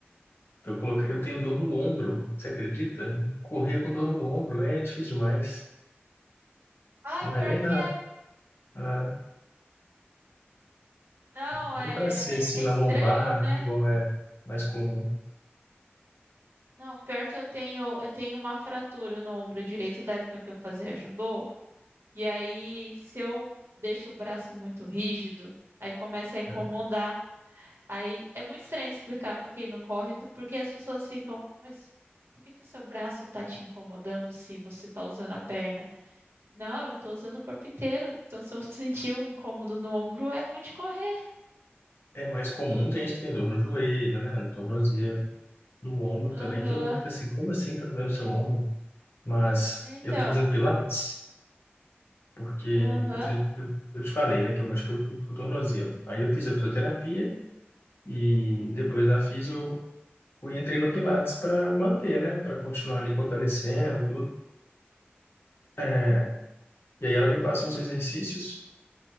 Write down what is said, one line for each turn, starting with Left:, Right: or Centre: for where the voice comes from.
Left: tô colocando, eu tenho dor no ombro, você acredita? Correr com dor no ombro é difícil demais.
Right: Ai,
Left: Não
Right: pior
Left: é nem
Right: que é.
Left: na,
Right: Não,
Left: Nem
Right: é,
Left: para ser assim
Right: é, é
Left: na
Right: estranho,
Left: lombar,
Right: né?
Left: né? Igual é mais comum.
Right: Não, pior que eu tenho, eu tenho uma fratura no ombro direito da época que eu fazia judô, e aí se eu deixo o braço muito rígido, aí começa a incomodar.
Left: né?
Right: Aí é muito estranho explicar pra quem não corre, do- porque as pessoas ficam, mas por que que o seu braço tá te incomodando se você tá usando a perna? Não, eu tô usando o corpo inteiro. Então, se eu sentir um incômodo no ombro, é ruim de correr.
Left: É mais comum, tem gente que tem dor no joelho, né? No tornozelo, no ombro
Right: Aham.
Left: também. Todo mundo fica assim, como assim tá doendo seu ombro? Mas
Right: É, Então.
Left: eu tô fazendo pilates porque
Right: Aham.
Left: eu, fiz- eu, eu te falei, né? Que eu machuquei o, o tornozelo. Aí eu fiz a fisioterapia e depois da fisio eu fui- entrei no pilates para manter, né? Para continuar ali fortalecendo tudo. É, e aí ela me passa uns exercícios